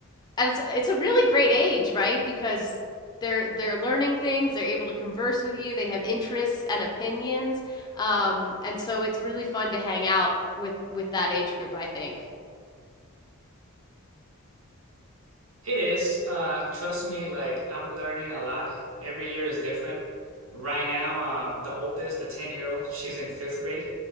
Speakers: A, on the left; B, on the right.
A: and it's it's a really great age, right? Because they're they're learning things, they're able to converse with you, they have interests and opinions, um, and so it's really fun to hang out with with that age group, I think.
B: It is. Uh, trust me, like I'm learning a lot. Every year is different. Right now, um, the oldest, the 10-year-old, she's in fifth grade,